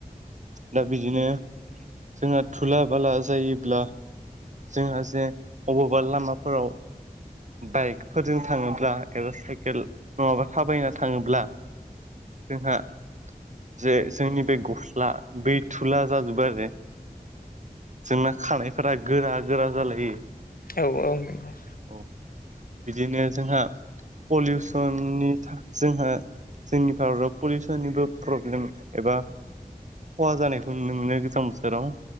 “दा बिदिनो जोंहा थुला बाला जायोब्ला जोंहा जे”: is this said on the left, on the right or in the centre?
Right